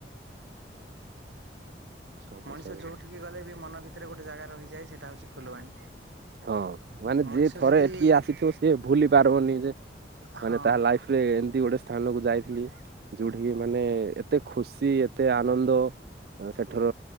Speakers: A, on the right; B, on the right.
A: ସବୁ
B: ମଣିଷ
A: ସବୁ
B: ଯୋଉଠିକି ଗଲେ ବି ମନ ଭିତରେ ଗୋଟେ ଜାଗା ରହିଯାଏ ସେଇଟା ହଉଛି ଫୁଲବାଣୀ
A: ହଁ ମାନେ
B: ମଣିଷ
A: ଯିଏ ଥରେ
B: ଯଦି
A: ଏଠିକି ଆସିଥିବ ସିଏ ଭୁଲି ପାରବନି ଯେ
B: ହଁ
A: ମାନେ ତା ଲାଇଫ ରେ ଏମିତି ଗୋଟେ ସ୍ଥାନକୁ ଯାଇଥିଲି। ଯୋଉଠିକି ମାନେ ଏତେ ଖୁସି ଏତେ ଆନନ୍ଦ ସେଠର